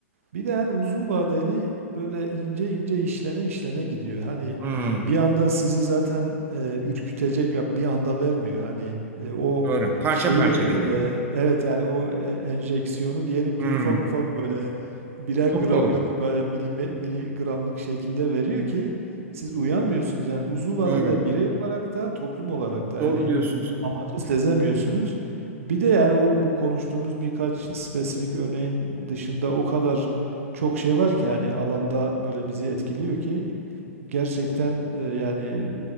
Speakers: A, on the right (about 70°); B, on the right (about 25°).
A: Bir de hani uzun vadeli böyle ince ince işlene işlene gidiyor. Hani
B: Hmm,
A: bir anda sizi zaten e, ürkütecek ya bir anda vermiyor. Hani e, o
B: doğru. Parça
A: şeyi
B: parça
A: e,
B: geliyor.
A: evet yani o e, enjeksiyonu diyelim ki
B: Hmm,
A: ufak ufak böyle birer gramlık
B: çok doğru.
A: böyle milime- miligramlık şekilde veriyor ki siz uyanmıyorsunuz. Yani uzun vadede
B: Doğru.
A: birey olarak da toplum olarak da
B: Doğru
A: yani
B: diyorsunuz.
A: amacı sezemiyorsunuz. Bir de yani o bu konuştuğumuz birkaç spesifik örneğin dışında o kadar çok şey var ki yani alanda böyle bizi etkiliyor ki gerçekten e, yani